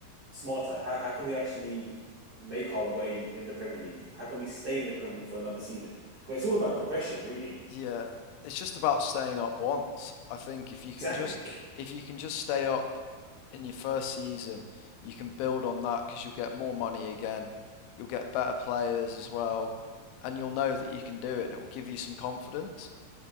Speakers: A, on the right (about 80°); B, on the left (about 85°).
A: smarter. How how can we actually make our way in the Premier League? How can we stay in the Premier League for another season? Because it's all about progression, really.
B: Yeah, it's just about staying up once. I think if you
A: Exactly.
B: can just if you can just stay up in your first season, you can build on that because you'll get more money again. You'll get better players as well, and you'll know that you can do it, and it will give you some confidence.